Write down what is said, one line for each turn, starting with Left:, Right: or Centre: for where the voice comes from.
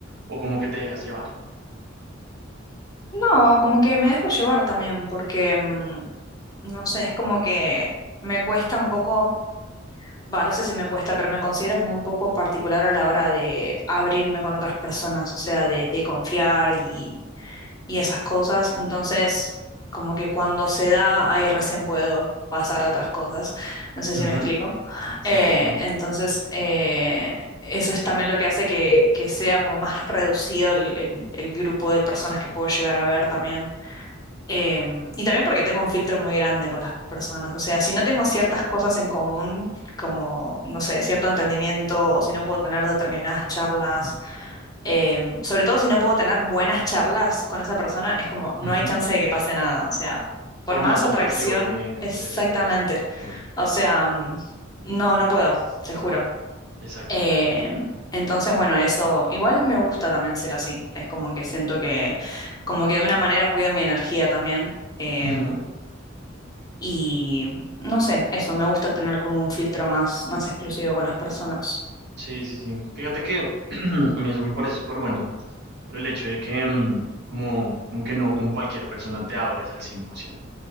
Right: o como que te dejas llevar.
Left: No, como que me dejo llevar también, porque, mm, no sé, es como que me cuesta un poco, va, no sé si me cuesta, pero me considero como un poco particular a la hora de abrirme con otras personas, o sea, de, de confiar y, y esas cosas. Entonces, como que cuando se da, ahí recién puedo pasar a otras cosas. No sé
Right: Ujú,
Left: si me explico.
Right: Sí,
Left: Eh,
Right: sí, sí.
Left: entonces, eh, eso es también lo que hace que, que sea como más reducido el, el el grupo de personas que puedo llegar a ver también. Eh, y también porque tengo un filtro muy grande con las personas. O sea, si no tengo ciertas
Right: sí.
Left: cosas en común, como, no sé, cierto entendimiento, o si no puedo tener determinadas charlas, eh, sobre todo si no puedo tener buenas charlas con esa persona, es como, no
Right: Ujú.
Left: hay chance de que pase nada. O sea, por
Right: Por más
Left: más
Right: atractivo
Left: atracción,
Right: que
Left: exactamente.
Right: te, te parezca. Ok,
Left: O sea, mm, no, no puedo, te juro.
Right: exacto.
Left: Eh, entonces, bueno, eso igual me gusta también ser así. Es como que siento que, como que de una manera cuido mi energía también. Eh,
Right: Ujú,
Left: y no sé, eso, me gusta tener como un filtro más, más exclusivo con las personas.
Right: Sí, sí, sí. Fíjate que <clears throat> a mí eso me parece súper bueno, por el hecho de que mm, como, como que no con cualquier persona te abres al 100%.